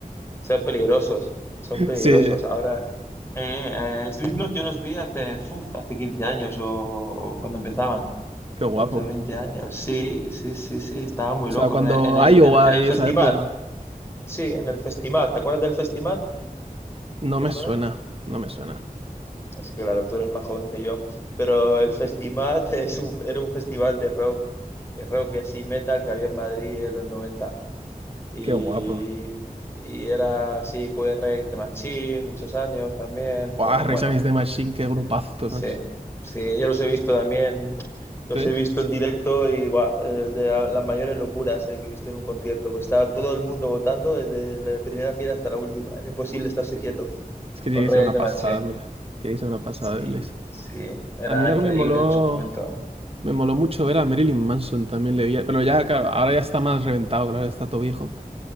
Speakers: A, on the left (about 15°); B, on the right (about 40°).
A: son peligrosos, son peligrosos.
B: Sí.
A: Ahora, eh, eh, Slipknot yo los vi hace, uf, hace 15 años o, o cuando empezaban.
B: Qué guapo.
A: quince o veinte años. Sí, sí, sí, sí, estaban muy
B: O
A: locos
B: sea, cuando
A: eh, en el,
B: Iowa
A: en, en el
B: y
A: festival.
B: esa época,
A: Sí, en el Festimat. ¿Te acuerdas del Festimat?
B: no
A: ¿Te
B: me
A: suena?
B: suena, no me suena.
A: Es que claro, tú eres más joven que yo. Pero el Festimat <laughs> es un- era un festival de rock, eh, rock y así metal que había en Madrid en los noventa Y,
B: Qué guapo.
A: y era así, fue Rey de Machín muchos años también.
B: Guau,
A: Fueron,
B: Rage
A: bueno,
B: Against the Machine, qué grupazo,
A: Sí,
B: macho.
A: sí, yo los he visto también, los
B: ¿Sí?
A: he visto en directo y guau, eh, de la- las mayores locuras eh, que he visto en un concierto, pues estaba todo el mundo votando desde la primera fila hasta la última, era imposible estarse quieto
B: Es que
A: con
B: tiene
A: Reyes
B: que ser una
A: de
B: pasada,
A: Maché.
B: hombre. Tiene que ser una pasada
A: Sí,
B: verles.
A: sí, era
B: A mí lo
A: increíble
B: que me moló,
A: en su momento.
B: me moló mucho ver a Marilyn Manson también le vi, pero ya, claro, ahora ya está más reventado, claro, ya está todo viejo.